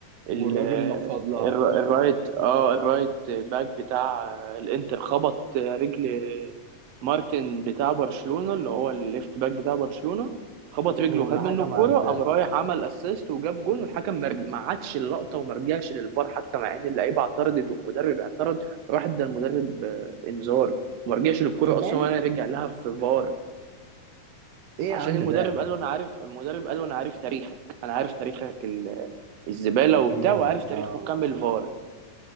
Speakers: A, on the right (about 80°); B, on the right (about 65°).
A: والراجل
B: الر-
A: نفض لها
B: الرايت اه الرايت باك بتاع الانتر خبط رجل مارتن بتاع برشلونة اللي هو الليفت باك بتاع برشلونة خبط رجله
A: واللي
B: وخد منه
A: حكم
B: الكرة
A: عداه
B: قام رايح عمل اسيست وجاب جون والحكم مر- ما عادش اللقطة وما رجعش للفار حتى مع ان اللعيبة اعترضت والمدرب اعترض راح ادى المدرب آه، انذار وما رجعش للكرة
A: كمان
B: اصلا ولا رجع لها في فار
A: ايه
B: عشان
A: يا عم
B: المدرب
A: ده يا عم؟
B: قال له انا عارف المدرب قال له انا عارف تاريخك انا عارف تاريخك ال- الزبالة وبتاع
A: المهني
B: وعارف تاريخ
A: اه
B: حكام الفار